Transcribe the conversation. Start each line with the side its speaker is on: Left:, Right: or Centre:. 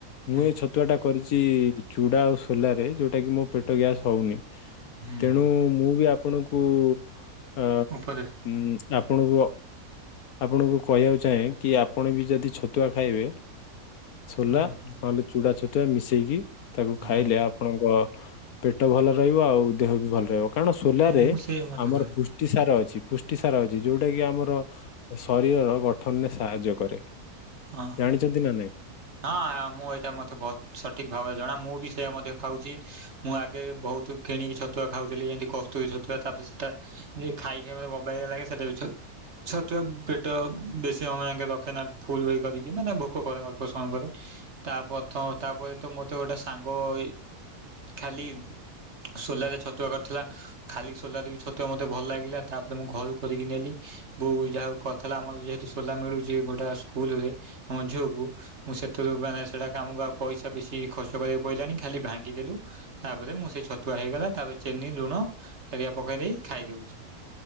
Right: ହୁଁ
Left: ମୁଁ ଏ ଛତୁଆଟା କରିଛି ଚୁଡା ଆଉ ସୋଲାରେ ଯେଉଁଟା କି ମୋ ପେଟ ଗ୍ୟାସ ହେଉନି
Right: ହୁଁ
Left: ତେଣୁ
Right: ହୁଁ
Left: ମୁଁ ବି ଆପଣଙ୍କୁ ଅ
Right: ଉପଦେଶ
Left: ଉ ଆପଣଙ୍କୁ ଅ ଆପଣଙ୍କୁ କହିବାକୁ ଚାହେଁ କି ଆପଣ ବି ଯଦି ଛତୁଆ ଖାଇବେ ସୋଲା
Right: ହଁ ହଁ
Left: ନହେଲେ ଚୁଡ଼ା ଛତୁଆ ମିଶେଇକି ତାକୁ ଖାଇଲେ
Right: ହଁ
Left: ଆପ ଆପଣଙ୍କ ପେଟ ଭଲ ରହିବ ଆଉ ଦେହ ବି ଭଲ ରହିବ କାରଣ ସୋଲାରେ
Right: ମୁଁ ମୁଁ ସେଇ ମଧ୍ୟ
Left: ଆମର
Right: କରେ
Left: ପ୍ରୁଷ୍ ଟି ସାର ଅଛି। ପୁଷ୍ଟିସାର ଅଛି ଯେଉଟାକି ଆମର ଶରୀରର ଗଠନରେ ସାହାଯ୍ୟ କରେ।
Right: ହଁ-ହଁ।
Left: ଜାଣିଛନ୍ତି ନା ନାଇଁ
Right: ହଁ ମୁଁ ଏଇଟା ମୋତେ ବତ୍ ସଠିକ ଭାବରେ ଜଣା ମୁଁ ବି ସେଇୟା ମଧ୍ୟ ଖାଉଛି। ମୁଁ ଆଗେ ବହୁତ କିଣିକି ଛତୁଆ ଖାଉଥିଲି ଏମିତି କସ୍ତୁରୀ ଛତୁଆ ତାପରେ ସେଟା ଏ ଖାଇ-ଖାଇ ମତେ ବବାଗିଆ ଲାଗେ ସେଟା ବି ଛଉ ଛଟୁଆ ପେଟ ବେଶୀ ଅମୟେ ଆଙ୍କେ ରଖେ ନା ଫୁଲ୍ କରିକି ମାନେ ଭୋକ କରେ ଅଳ୍ପ ସମୟ ପରେ। ତାପଥ ତାପରେ ତ ମତେ ଗୋଟେ ସାଙ୍ଗଏ ଖାଲି ସୋଲାରେ ଛତୁଆ କରିଥିଲା। ଖାଲି ସୋଲାରେ ବି ଛତୁଆ ମତେ ଭଲ ଲାଗିଲା ତାପରେ ମୁଁ ଘରୁ କରିକି ନେଲି। ବୋଉ ଯାହାକୁ କରିଥିଲା ଆମର ଯେହେତୁ ସୋଲା ମିଳୁଛି ଗୋଟା ସୋ କୁଲ ରେ ମୋ ଝିଅକୁ ମୁଁ ସେଥିରୁ ମାନେ ସେଥିରୁ ମାନେ ସେଇଟା କାମକୁ ପଇସା ବେଶୀ ଖର୍ଚ୍ଚ କରିବାକୁ ପଇଲାନି ଖାଲି ଭାଙ୍ଗିଦେଲୁ। ତାପରେ ମୁଁ ସେ ଛତୁଆ ହେଇଗଲା ତାପରେ ଚିନି ଲୁଣ ହରୀକା ପକେଇ ଦେଇକି ଖାଇଦେଉଛୁ।